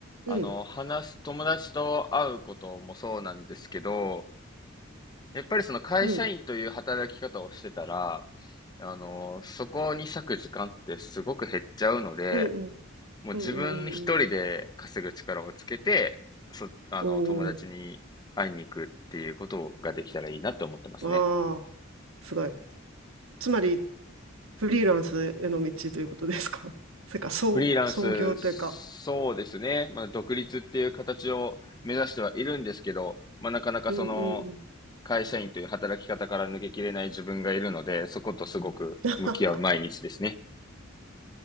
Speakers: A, on the left; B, on the right.
A: あの、
B: うん、
A: 話す、友達と会うこともそうなんですけど、やっぱりその会社員という働き方をしてたら、
B: うん、
A: あの、そこに割く時間ってすごく減っちゃうので、
B: うん、うん。
A: もう自分一人で稼ぐ力をつけて、
B: うんうんうんうん。
A: そ、あの、
B: お
A: 友達に会いに行くっていうことができたらいいなって思ってますね。
B: お、ああ、すごい。つまり、フリーランスへの道ということですか。<laughs> それか、創、
A: フリーランス、
B: 創業というか。
A: そうですね。まあ、独立っていう形を目指してはいるんですけど、まあ、なかなかその、
B: うんうんうん。
A: 会社員という働き方から抜けきれない自分がいるので、そことすごく向き合う毎日ですね。
B: <laughs>